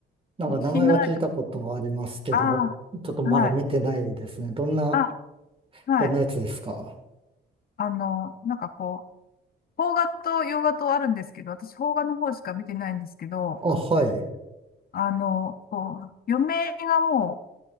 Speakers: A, on the right (about 25°); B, on the left (about 50°).
A: なんか名前は聞いたことありますけど、
B: お聞きになられた、あ
A: ちょっとまだ見てないですね。
B: あ、はい。
A: どんな、
B: あ、はい。
A: どんなやつですか
B: あの、なんかこう、邦画と洋画とあるんですけど、私邦画の方しか見てないんですけど、
A: あ、はい。
B: あの、こう、余命がも